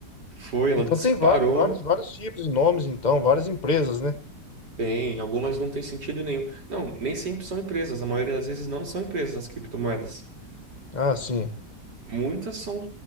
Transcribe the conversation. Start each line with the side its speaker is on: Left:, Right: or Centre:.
Right: Foi, ela
Left: Então
Right: disparou.
Left: tem vários, vários, vários tipos e nomes, então, várias empresas, né?
Right: Tem, algumas não tem sentido nenhum. Não, nem sempre são empresas. A maioria das vezes não são empresas as criptomoedas.
Left: Ah, sim.
Right: Muitas são